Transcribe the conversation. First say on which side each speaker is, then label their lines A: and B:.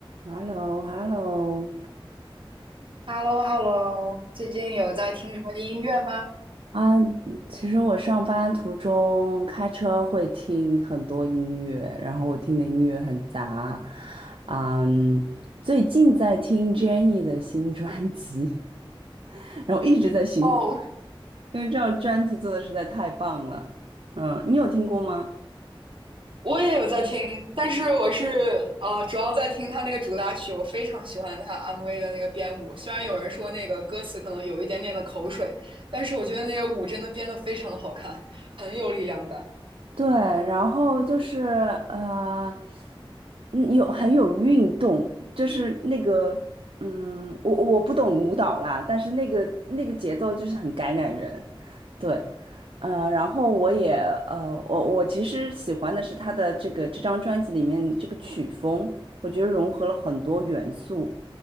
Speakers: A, on the right (about 80°); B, on the right (about 65°).
A: h e l l o h e l l o
B: h e l l o h e l l o 最近有在听什么音乐吗？
A: 啊，嗯其实我上班途中开车会听很多音乐，然后我听的音乐很杂，啊嗯，最近在听 Jennie 的新专辑，<laughs> 然后一直在循环，
B: 哦，
A: 因为这张专辑做的实在太棒了，嗯，你有听过吗？
B: 我也有在听，但是我是呃，主要在听他那个主打曲，我非常喜欢他 MV 的那个编舞。虽然有人说那个歌词可能有一点点的口水，但是我觉得那个舞真的编得非常的好看，很有力量感。
A: 对，然后就是呃，嗯有很有运动，就是那个嗯，我我不懂舞蹈啦，但是那个那个节奏就是很感染人，对，呃，然后我也呃，我我其实喜欢的是他的这个这张专辑里面这个曲风，我觉得融合了很多元素，